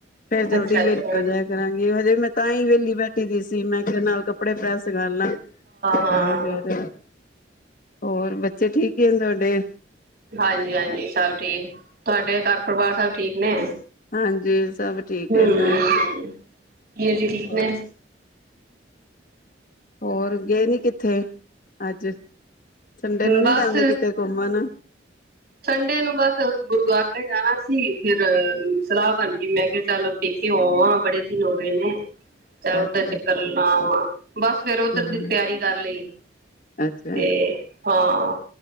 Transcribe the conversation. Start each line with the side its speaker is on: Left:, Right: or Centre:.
Left: ਫੇਰ ਜਲਦੀ
Right: ਅੱਛਾ
Left: ਵਿਹਲੀ
Right: ਅੱਛਾ ਹਾਂ
Left: ਹੋ ਜਇ ਕਰਾਂਗੀ ਹਜੇ ਮੈਂ ਤਾਂ ਹੀ ਵਿਹਲੀ ਬੈਠੀ ਦੀ ਸੀ ਮੈਂ ਕਿਹਾ ਨਾਲ ਕੱਪੜੇ ਪੈਸ ਕਰ ਲਾ।
Right: ਹਾਂ
Left: ਤਾਂ ਫੇਰ ਹੋਰ ਬੱਚੇ ਠੀਕ ਹੀ ਆ ਤੁਹਾਡੇ?
Right: ਹਾਂਜੀ ਹਾਂਜੀ ਸਭ ਠੀਕ ਤੁਹਾਡੇ ਘਰ ਪਰਿਵਾਰ ਸਭ ਠੀਕ ਨੇ?
Left: ਹਾਂਜੀ ਸਭ ਠੀਕ
Right: ਹਮ
Left: ਹੈ ਨਾ
Right: ਜੇਠ ਜੀ ਠੀਕ
Left: ਹੋਰ
Right: ਨੇ
Left: ਹੋਰ ਗਏ ਨੀ ਕਿੱਥੇ ਅੱਜ ਸਨਡੇਅ ਨੂੰ ਨੀ
Right: ਬਸ
Left: ਜਾਂਦੇ ਕਿੱਥੇ ਘੁੰਮਣ?
Right: ਸੰਡੇ ਨੂੰ ਬਸ ਗੁਰਦੁਆਰੇ ਜਾਣਾ ਸੀ ਫਿਰ ਸਲਾਹ ਬਣ ਗਈ ਮੈਂ ਕਿਹਾ ਚੱਲ ਫਿਰ ਹੋ ਆਵਾਂ ਬੜੇ ਦਿਨ ਹੋ ਗਏ ਨੇ। ਚੱਲ ਓਧਰ
Left: ਅੱਛਾ
Right: ਚੱਕਰ
Left: ਅੱਛਾ
Right: ਲਾ ਵਾਂ ਬਸ ਫੇਿਰ ਉਧਰ
Left: ਹਾਂ
Right: ਦੀ ਤਿਆਰੀ ਕਰ ਲਈ।
Left: ਅੱਛਾ।
Right: ਤੇ ਹਾਂ।